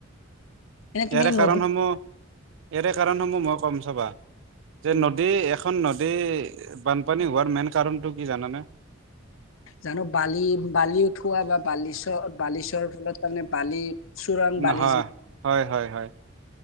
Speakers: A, on the left (about 80°); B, on the right (about 70°).
A: তুমি
B: ইয়াৰে কাৰণসমূহ
A: নদী
B: ইয়াৰে কাৰণসমূহ মই ক'ম চাবা। যে
A: উম,
B: নদী এখন নদী দ বানপানী হোৱাৰ মেইন কাৰণটো কি জানানে
A: জানো বালি বালি উঠোৱা বা বালিচ বালিচৰ ফলত তাৰমানে বালি চোৰাং
B: নহয়
A: বালিজীৱ
B: হয় হয় হয়